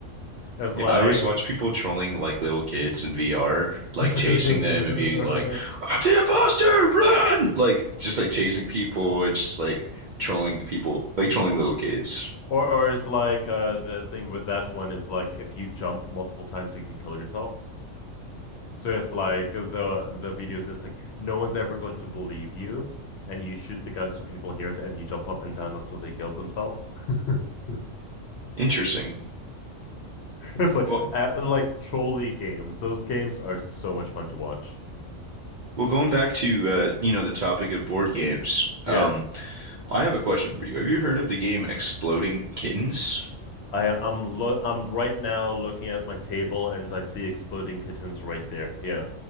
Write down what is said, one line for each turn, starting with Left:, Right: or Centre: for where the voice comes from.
Left: it's
Right: Yeah,
Left: like
Right: I always watch people trolling like little kids in VR,
Left: <laughs>
Right: like chasing them and being
Left: or
Right: like, "I'm the imposter, run!" Like just like chasing people and just like trolling people, like trolling little kids.
Left: or it's like uh the thing with that one is like if you jump multiple times you can kill yourself. So it's like the the videos is like no one's ever going to believe you, and you shoot the gun so people hear it, and you jump up and down until they kill themselves. <laughs>
Right: Interesting.
Left: It's like
Right: Well,
Left: uh, like trolley games. Those games are so much fun to watch.
Right: well, going back to uh, you know, the topic of board games. Um,
Left: Yeah,
Right: I have a question for you. Have you heard of the game Exploding Kittens?
Left: I I'm lo I'm right now looking at my table and I see exploding kittens right there. Yeah,